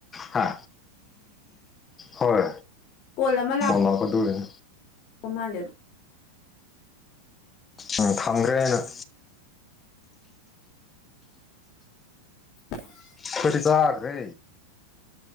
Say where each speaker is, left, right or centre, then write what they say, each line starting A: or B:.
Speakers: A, on the left (about 20°); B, on the left (about 40°).
A: ꯍꯥ ꯍꯣꯏ
B: ꯀꯣꯜ ꯑꯃ ꯂ
A: ꯂꯥꯛꯄ ꯑꯗꯨꯒꯤꯅꯦ
B: ꯄ ꯃꯂꯦꯕ
A: ꯎꯝ ꯊꯝꯒ꯭ꯔꯦꯅ
B: <inaudible>
A: ꯈꯣꯏꯗꯤ ꯆꯥꯒ꯭ꯔꯦ